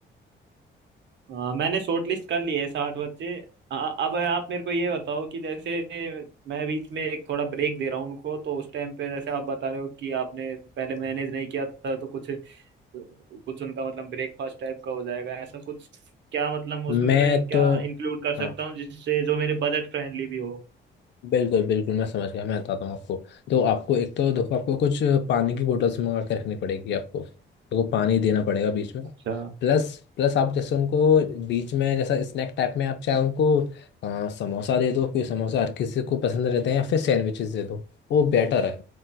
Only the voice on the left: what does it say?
मैं
तो
हाँ
बिल्कुल बिल्कुल मैं समझ गया मैं बताता हूँ आपको तो आपको एक तो देखो आपको कुछ पानी की बोतल्स मंगा के रखनी पड़ेगी आपको देखो पानी देना पड़ेगा बीच में
प्लस प्लस आप जैसे उनको बीच में जैसा स्नैक टाइप में आप चाहे उनको अ, समोसा दे दो क्योंकि समोसा हर किसी को पसंद रहते हैं या फिर सैंडविचेस दे दो वो बेटर है